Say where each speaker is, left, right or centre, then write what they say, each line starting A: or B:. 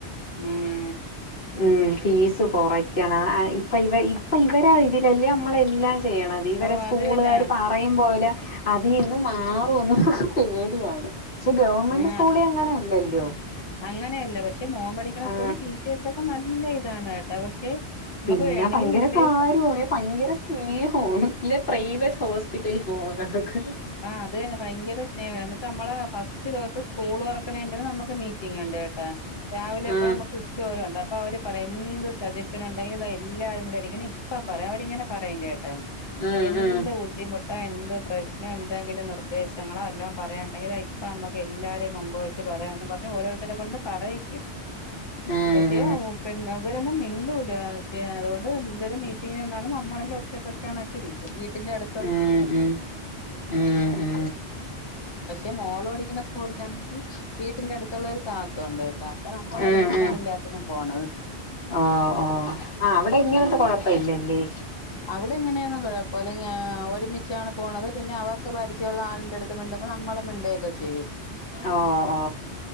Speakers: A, on the left; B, on the left.
A: ഉം.
B: ഉം ഫീസ് കുറയ്ക്കണം ഇപ്പ ഇവ ഇപ്പ ഇവരെ ഇതിലല്ലേ നമ്മളെ എല്ലാം ചെയ്യണത് ഇവരെ
A: ഓ
B: സ്കൂള്
A: അത് തന്നെ
B: കാര് പറയും പോലെ അതിന്ന് മാറൂന്ന പേടിയാണ് പക്ഷെ ഗവൺമെന്റ്
A: ഉം
B: സ്കൂള്
A: അത്
B: അങ്ങനെ അല്ലല്ലോ
A: അങ്ങനെയല്ല പക്ഷെ മോൻ പഠിക്കുന്ന
B: ആ
A: സ്കൂളിൽ ടീച്ചേഴ്സൊക്കെ നല്ല ഇതാണ് കേട്ടാ പക്ഷെ നമുക്ക്
B: പിന്നെ
A: വേണമെങ്കിൽ
B: ഭയങ്കര
A: മിണ്ടേ
B: കാര്യാണ
A: സ-
B: ഭയങ്കര ഏ ഹോ വല്ല്യ പ്രൈവറ്റ് ഹോസ്പിറ്റൽ പോവു <unintelligible>
A: ആഹ് അത് തന്നെ ഭയങ്കര സ്നേഹമാണ് എന്നിട്ട് നമ്മളെ ഫസ്റ്റ് ദിവസം സ്കൂൾ തുറക്കണ നമുക്ക് മീറ്റിംഗ് ഉണ്ട് കേട്ടാ രാവിലെ
B: ഉം
A: പോയാൽ നമുക്ക് ഉച്ചോരം ഉണ്ട് അപ്പൊ അവര് പറയാ എന്ത് സജഷന് ഉണ്ടെങ്കില് ഇത് എല്ലാരും കൂടെ ഇരിക്ക്ണ് അപ്പാ പറയാം അവരിങ്ങനെ പറയും കേട്ടാ
B: ഉം
A: എന്ത്
B: ഉം
A: ബുദ്ധിമുട്ടാ എന്ത് പ്രശ് എന്തെങ്കിലും നിർദ്ദേശങ്ങളോ എല്ലാം പറയാണ്ടെങ്കിൽ ഇപ്പൊ നമുക്ക് എല്ലാരും മുൻപ് വെച്ച് പറയാം ന്ന് പറ പിന്നെ ഓരോരുത്തരെ കൊണ്ട് പറയിക്കും
B: ഉം
A: പക്ഷെ പി ഇവരെന്നും മിണ്ടൂല്ല അതുകൊണ്ട് എന്തൊരു മീറ്റി എന്താണ് നമ്മളല്ലാം ഒറ്റപ്പെട്ടാണ് ഇരിക്ക വീട്ടന്റെ അടുത്ത്
B: ഏഹ് ഏഹ് ഏ ഏ
A: പക്ഷെ മോള് പഠിക്കുന്ന സ്കൂളിലാണെങ്കിൽ വീട്ടിന്റെ അടുത്തുള്ള ഒരു താത്ത ഉണ്ട് താ അപ്പൊ നമ്മള
B: ഉം
A: ഒരുമിച്ചാണ്
B: ഉം
A: എല്ലാത്തിനും പോണത്
B: ഓ ഓ ആ അവിടെ ഇങ്ങനത്തെ
A: ഉം
B: കൊഴപ്പ ഇല്ലല്ലേ
A: അവിടെ ഇങ്ങനെയൊന്നും കുഴപ്പോ അല്ലെങ്കി ഒരുമിച്ചാണ് പോണത് പിന്നെ അവർക്ക് പരിജയമുള്ള ആളിന്റെ അടുത്ത് മിണ്ടുമ്പോ നമ്മളും മിണ്ടും ഒക്കെ ചെയ്യും
B: ഓ ഓ